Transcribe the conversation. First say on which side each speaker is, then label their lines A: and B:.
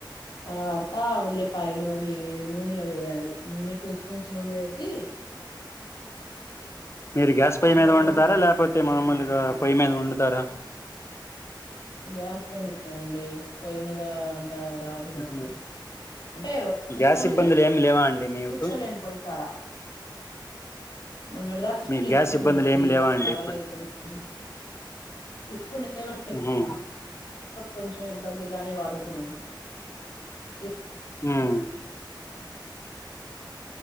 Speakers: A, on the left; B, on the left.
A: తర్వాత ఉల్లిపాయలు అవి నూనెలో వేయాలి నూనె టూ స్పూన్స్ నూనె వేసి
B: మీరు గ్యాస్ పొయ్యి మీద
A: నూనెలో
B: వండుతారా లేకపోతే అతే మామూలుగా పొయ్యి మీద వండుతారా
A: గ్యాస్ పొయ్యి మీద నేనండి పొయ్యి మీద అంత రాదు నాకు
B: ఉహు
A: అంటే చెస్తా
B: గ్యాస్ ఇబ్బందులు
A: కానీ
B: ఏమి లేవా అండి మీకు
A: కూర్చోలేను పోయ్యి కాడ మన్నోటిదాక
B: మీకు
A: ఇబ్బంది
B: గ్యాస్ ఇబ్బందులు
A: ఉంది
B: ఏమి లేవా
A: ఇప్పుడు
B: అండి
A: పర్వాలేదు కొంచం ఇప్పుడులేవండి
B: ఉహు
A: కొంచెం ఇబ్బందిగానే వాడుకున్నాం ఇ
B: ఉమ్